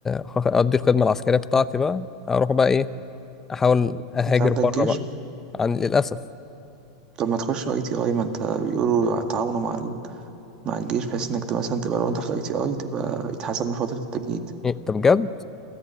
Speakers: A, on the left; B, on the right.
A: أخ- اقضي الخدمه العسكريه بتاعتي بقى اروح بقى ايه احاول اهاجر
B: أنت عندك
A: بره
B: جيش
A: بقى عن للاسف
B: طب ما تخش أي تي أي ما أنت بيقولوا تعاونوا مع مع الجيش بحيث انك تبقى مثلا تبقى لو انت في الاي تي اي تبقى يتحسب من فترة التجنيد
A: إيه، طب بجد